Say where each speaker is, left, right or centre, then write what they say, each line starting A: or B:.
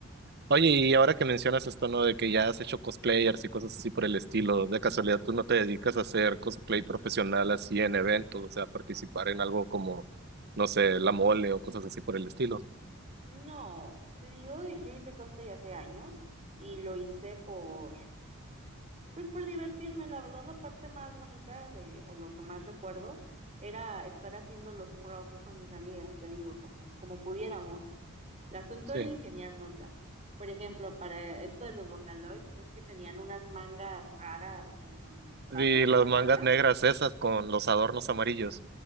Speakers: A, on the right; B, on the right.
A: Oye, y ahora que mencionas esto, ¿no? De que ya has hecho cosplayers y cosas así por el estilo, de casualidad tú no te dedicas a hacer cosplay profesional así en eventos, o sea, participar en algo como, no sé, la mole o cosas así por el estilo.
B: no, te digo, yo hice cosplay hace años y lo hice por, Pues por divertirme, la verdad, la parte más bonita de, o lo que más recuerdo, era estar haciendo los props con mis amigas, te digo, como, como pudiéramos. El asunto
A: Sí.
B: era ingeniárnosla. Por ejemplo, para esto de los Vocaloids, ves que tenían unas mangas raras en los brazos,
A: Y las
B: unas
A: mangas
B: mangas.
A: negras esas con los adornos amarillos.